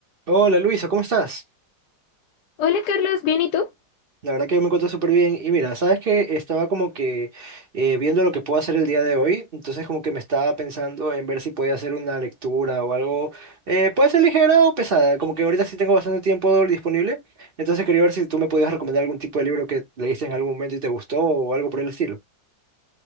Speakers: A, on the right; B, on the left.
A: Hola Luisa, ¿cómo estás?
B: Hola Carlos, ¿bien y tú?
A: La verdad que yo me encuentro súper bien. Y mira, sabes que estaba como que eh, viendo lo que puedo hacer el día de hoy, entonces como que me estaba pensando en ver si podía hacer una lectura o algo. eh, puede ser ligera o pesada, como que ahorita sí tengo bastante tiempo disponible, entonces quería ver si tú me podías recomendar algún tipo de libro que leíste en algún momento y te gustó o algo por el estilo.